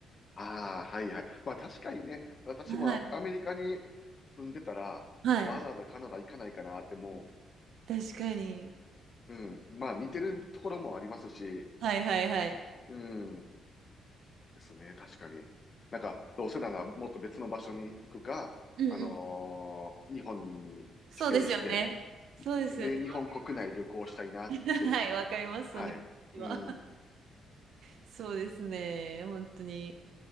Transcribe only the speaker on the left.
ああ、はい、はい。まあ確かにね、私もアメリカに
住んでたら、
わざわざカナダ行かないかなっても
う、うん、まあ似てるところもありますし、
うん、ですね、確かに。なんか、どうせならもっと別の場所に行くか、
あのー日本に帰省して、
で、日本国内旅行したいなって
はい。
うん。
はい